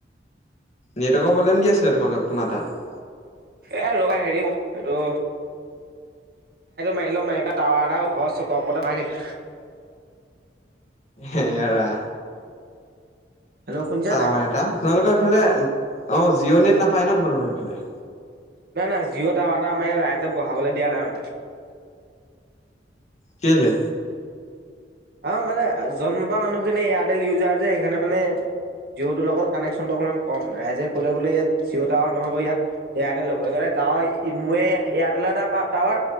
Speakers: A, on the left; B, on the right.
A: নেটৱৰ্কৰ প্ৰবলেম দি আছিল তোমালোক তোমাৰ তাত।
B: এ ৰবা হেৰি অ এইটো মাৰিলও মাৰিবা তাওৱাটা ঘৰ চ'তৰ ওপৰতে বহাই দিম
A: হেৰা
B: হেল্ল' শুনিছা
A: টাৱাৰ
B: নাই?
A: এটা, তোমালোকৰ এইফালে অ জিঅ' নেট নাপায় ন তোমালোকৰ এইফালে।
B: নাই নাই জিঅ' টাৱাৰ এটা আমাৰ ইয়াত ৰাইজে বহাবলৈ দিয়া নাই মানে।
A: কেলে?
B: অ মানে জন্ম পৰা মানুহ খিনি এয়াৰটেল ইউজাৰ যে সেইকাৰনে মানে জিঅ'টোৰ লগত কানেকশ্যনটো অকণমান কম, ৰাইজে ক'লে বোলে ইয়াত জিঅ' টাৱাৰ নহ'ব ইয়াত এয়াৰটেল ল'ব। সেইকাৰণে গাঁৱৰ ইমোৱে এয়াৰটলৰ এটা টাৱাৰ